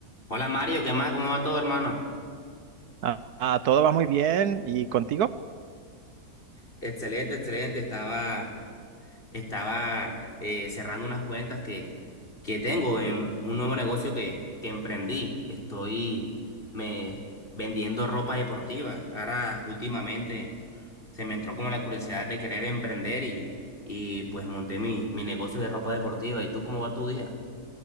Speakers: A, on the left (about 35°); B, on the right (about 70°).
A: Hola Mario, ¿qué más? ¿Cómo va todo, hermano?
B: Ah, ah, todo va muy bien. ¿Y contigo?
A: Excelente, excelente. Estaba, estaba eh, cerrando unas cuentas que, que tengo en un nuevo negocio que, que emprendí. Estoy me vendiendo ropa deportiva. Ahora, últimamente, se me entró como la curiosidad de querer emprender y, y pues monté mi, mi negocio de ropa deportiva. ¿Y tú cómo va tu día?